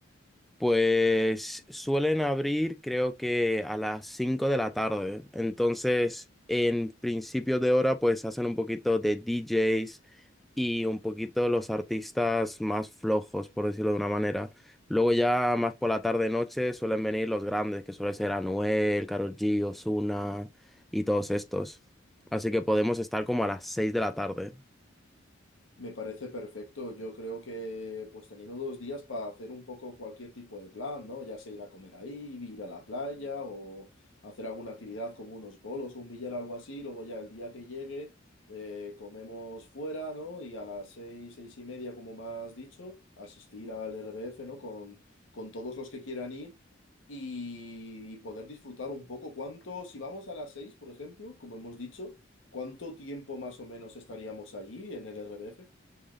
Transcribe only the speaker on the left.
Me parece perfecto. Yo creo que pues teniendo dos días para hacer un poco cualquier tipo de plan, ¿no? Ya sea ir a comer ahí, ir a la playa o hacer alguna actividad como unos bolos, un billar, algo así. Luego ya el día que llegue eh, comemos fuera, ¿no? Y a las seis, seis y media, como me has dicho, asistir al RBF, ¿no? Con, con todos los que quieran ir y poder disfrutar un poco. ¿Cuánto, si vamos a las seis, por ejemplo, como hemos dicho, cuánto tiempo más o menos estaríamos allí en el RBF?